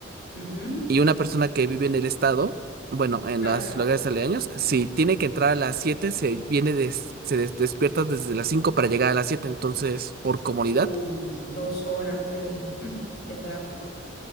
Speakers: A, on the left; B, on the right.
A: Ujú,
B: y una persona que vive en el estado, bueno, en
A: Claro.
B: los lugares aledaños, si tiene que entrar a las 7 se viene des- se des- despierta desde las 5 para llegar a las siete entonces, por comodidad,
A: Uy, dos horas de, <laughs> de tráfico.